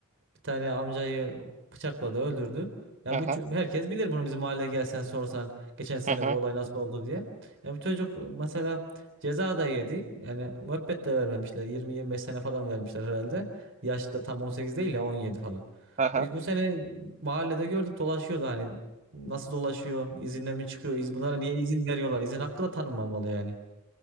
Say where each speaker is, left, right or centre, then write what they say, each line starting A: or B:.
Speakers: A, on the right; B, on the right.
A: bir tane amcayı bıçakladı öldürdü. Ya
B: Aha.
A: bu ço- herkes bilir bunu bizim mahalleye gelsen sorsan geçen sene
B: Aha.
A: bu olay nasıl oldu diye. Ya bu çocuk mesela ceza da yedi. Yani müebbet de vermemişler. yirmi yirmi beş sene falan vermişler herhalde. Yaş da tam 18 değil ya 17 falan.
B: Aha.
A: E biz bu sene mahallede gördük dolaşıyordu hani Nasıl dolaşıyor? İzinle mi çıkıyor? İz, bunlara niye izin veriyorlar? İzin hakkı da tanınmamalı yani.